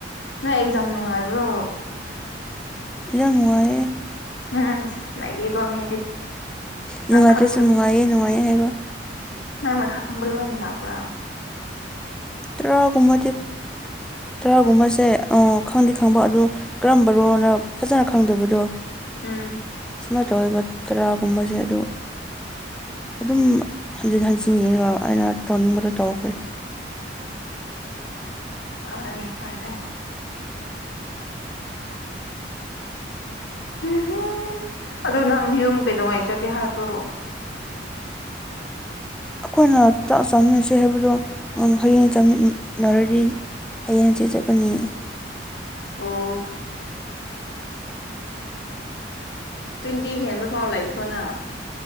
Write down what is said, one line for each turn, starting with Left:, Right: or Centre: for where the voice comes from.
Left: ꯅꯣꯏ ꯑꯦꯛꯖꯥꯝ ꯅꯨꯡꯉꯥꯏꯕ꯭ꯔꯣ꯫
Centre: ꯏꯣ ꯔꯦ
Left: ꯎꯝ ꯅꯩꯌꯦꯀꯣ ꯃꯤꯗꯤ꯫
Centre: ꯅꯨꯡꯉꯥꯏꯇ꯭ꯔꯁꯨ
Left: ꯅꯪ ꯈꯪꯕ
Centre: ꯅꯨꯡꯉꯥꯏꯌꯦ ꯅꯨꯡꯉꯥꯏꯌꯦ ꯍꯥꯏꯕ
Left: ꯅꯪꯅ ꯈꯡꯕ ꯂꯣꯏꯅ ꯂꯥꯛꯄ꯭ꯔꯥ꯫
Centre: ꯇꯔꯥꯒꯨꯝꯕꯗꯤ ꯇꯔꯥꯒꯨꯝꯕꯁꯦ ꯈꯪꯗꯤ ꯈꯪꯕ ꯑꯗꯨ ꯀꯔꯝꯕꯅꯣꯅ ꯐꯖꯅ ꯈꯪꯗꯕꯗꯣ
Left: ꯎꯝ
Centre: ꯁꯨꯃꯥꯏꯅ ꯇꯧꯔꯕ ꯇꯔꯥꯒꯨꯝꯕꯁꯦ ꯑꯗꯨ ꯑꯗꯨꯝ ꯍꯟꯖꯤꯟ ꯍꯟꯖꯤꯟ ꯌꯦꯡꯉꯒ ꯑꯩꯅ ꯇꯧꯅꯤꯡꯕꯗꯣ ꯇꯧꯈ꯭ꯔꯦ꯫
Left: ꯐꯔꯦ ꯐꯔꯦ꯫ <unintelligible> ꯑꯗꯣ ꯅꯪ ꯌꯨꯝ ꯀꯩꯗꯅꯨꯡꯉꯩ ꯆꯠꯀꯦ ꯍꯥꯏꯕ꯭ꯔꯣ
Centre: ꯑꯩꯈꯣꯏꯅ ꯆꯥꯛ ꯆꯥꯃꯤꯟꯅꯁꯦ ꯍꯥꯏꯕꯗꯣ ꯍꯌꯦꯡ ꯆꯥꯃꯤꯟꯅꯔꯗꯤ ꯍꯌꯦꯡꯍꯪꯆꯤꯠ ꯆꯠꯀꯅꯤ
Left: ꯑꯣ ꯇ꯭ꯋꯦꯟꯇꯤ ꯍꯦꯟꯕ ꯄꯥꯎ ꯂꯩꯈ꯭ꯔꯣꯅ